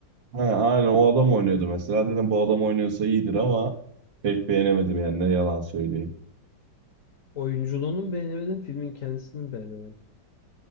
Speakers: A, on the right; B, on the left.
A: Ha, aynen o adam oynuyordu mesela. Dedim bu adam oynuyorsa iyidir ama pek beğenemedim yani ne yalan söyleyeyim.
B: Oyunculuğunu mu beğenemedim filmin kendisini mi beğenemedim.